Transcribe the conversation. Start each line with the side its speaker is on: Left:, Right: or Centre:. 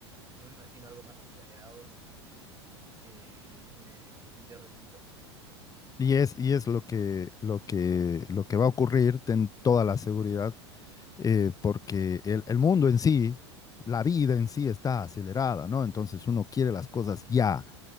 Right: No me imagino algo más acelerado eh, que videos de TikTok.
Left: Y es, y es lo que, lo que, lo que va a ocurrir, ten toda la seguridad, eh, porque el, el mundo en sí, la vida en sí está acelerada, ¿no? Entonces uno quiere las cosas ya,